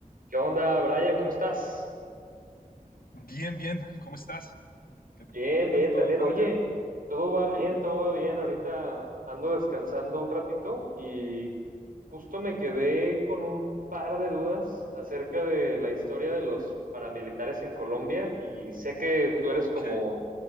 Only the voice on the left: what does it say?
Bien, bien, ¿cómo estás? ¿Qué
tal todo
para
allá?
Ok,